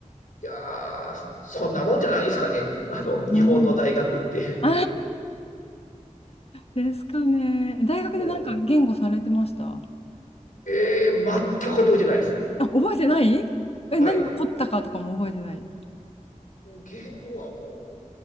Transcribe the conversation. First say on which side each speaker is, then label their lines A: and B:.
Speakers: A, on the left (about 75°); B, on the left (about 50°).
A: いやー、そそんなもんじゃないですかね。あの、
B: あの
A: 日本の大学って。
B: <laughs> ですかね。大学でなんか言語されてました
A: <laughs> うん、ええ、全く覚えてないです。
B: あ、覚えてないえ、
A: はい。
B: 何を取ったかとかも覚えてない。
A: 言語はも